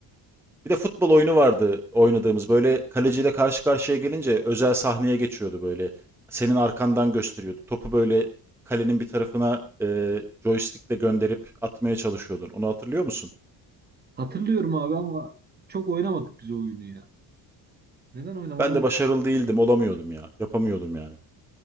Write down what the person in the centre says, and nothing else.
Bir de futbol oyunu vardı oynadığımız. Böyle kaleciyle karşı karşıya gelince özel sahneye geçiyordu böyle. Senin arkandan gösteriyordu. Topu böyle kalenin bir tarafına e, joystickle gönderip atmaya çalışıyordun. Onu hatırlıyor musun?
Ben de başarılı değildim, olamıyordum ya. Yapamıyordum yani.